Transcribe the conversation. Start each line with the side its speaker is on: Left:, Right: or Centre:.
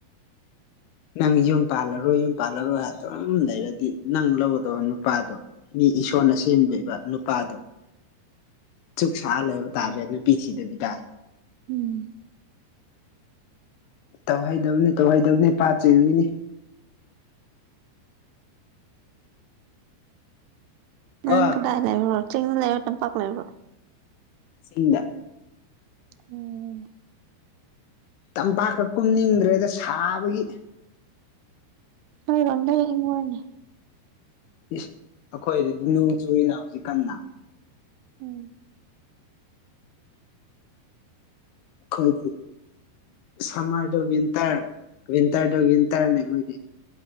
Left: ꯅꯪ ꯌꯨꯝ ꯄꯥꯜꯂꯔꯣꯏ ꯌꯨꯝ ꯄꯥꯜꯂꯔꯣꯏ ꯑꯗꯨꯝ ꯂꯩꯔꯗꯤ ꯅꯪ ꯂꯧꯒꯗꯧꯕ ꯅꯨꯞ ꯄꯥꯗꯣ ꯃꯤ ꯏꯁꯣꯔꯅ ꯁꯦꯝꯕꯤꯕ ꯅꯨꯄꯥꯗꯣ ꯆꯨꯛ ꯁꯥ ꯂꯩꯕ ꯇꯥꯔꯦ ꯅꯨꯄꯤ ꯊꯤꯗꯕꯤꯗ
Right: ꯎꯝ
Left: ꯇꯧꯍꯩꯗꯕꯅꯤ ꯇꯧꯍꯩꯗꯕꯅꯤ ꯄꯥꯞ ꯆꯦꯟꯒꯅꯤ
Right: ꯅꯪ
Left: ꯀꯣ
Right: ꯀꯗꯥꯏ ꯂꯩꯕ꯭ꯔꯣ ꯆꯤꯡꯗ ꯂꯩꯕ꯭ꯔꯣ ꯇꯝꯄꯥꯥꯛ ꯂꯩꯕ꯭ꯔꯣ
Left: ꯆꯤꯡꯗ
Right: ꯑꯣ
Left: ꯇꯝꯄꯥꯛꯀ ꯀꯨꯝꯅꯤꯡꯗ꯭ꯔꯦꯗ ꯁꯥꯕꯒꯤ
Right: ꯅꯣꯏꯔꯣꯝꯗ ꯏꯪꯕꯔꯥꯅꯦ
Left: ꯏꯁ ꯑꯩꯈꯣꯏꯗꯗꯤ ꯅꯣꯡ ꯆꯨꯏꯅ ꯍꯧꯖꯤꯛ ꯀꯟꯅ
Right: ꯎꯝ
Left: ꯑꯩꯈꯣꯏꯗꯤ ꯁꯝꯃꯔꯗꯨ ꯋꯤꯟꯇꯔ ꯋꯤꯟꯇꯔꯗꯨ ꯋꯤꯟꯇꯔꯅꯦ ꯑꯩꯈꯣꯏꯗꯤ